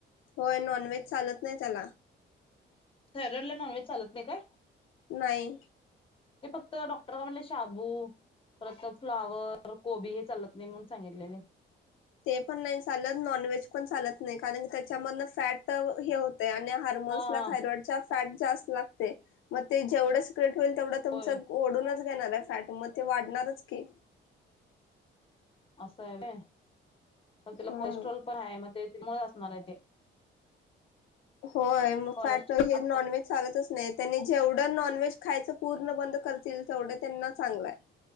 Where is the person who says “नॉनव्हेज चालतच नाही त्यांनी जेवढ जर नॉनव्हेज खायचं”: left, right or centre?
Left